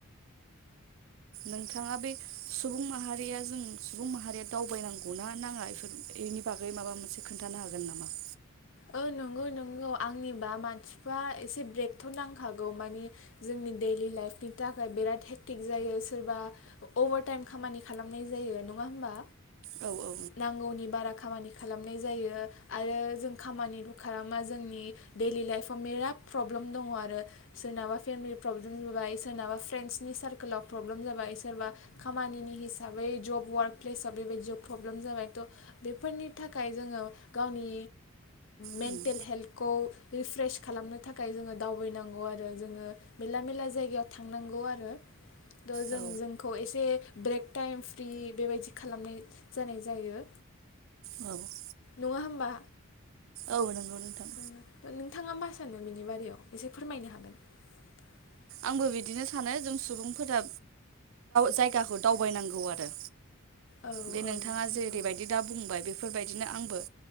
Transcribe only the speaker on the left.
ओ नोंगौ नोंगौ आंनिबा मानसिफ्रा एसे ब्रेकथ' नांखागौ मानि जोंनि दैडलि लाइफनि थाखाय बिराद हेक्टिक जायो सोरबा अभारटाइम खामानि खालामनाय जायो नङा होमबा?
नांगौनि बारा खामानि खालामनाय जायो आरो जों खामानिबो खालामा जोंनि दैयलि लाइफआव बिराद प्रब्लेम दङ आरो सोरनाबा फेमिलि प्रब्लेम जाबाय सोरनाबा फ्रेन्डसनि सारकोलाव प्रब्लेम जाबाय सोरबा खामानिनि हिस साबै जब वार्क प्लेसाव बेबायदि प्रब्लेम जाबाय थ' बेफोरनि थाखाय जोङो गावनि मेन्टेल
हेल्थखौ रिफ्रेस खालामनो थाखाय जोङो दावबायनांगौ आरो जोङो मेरला मेरला जायगायाव थांनांगौ आरो। द जों
जोंखौ एसे ब्रेक टाइम फ्रि बेबायदि खालामनाय जानाय जायो।
नङा होमबा
<unintelligible>
औ
औ
नंगौ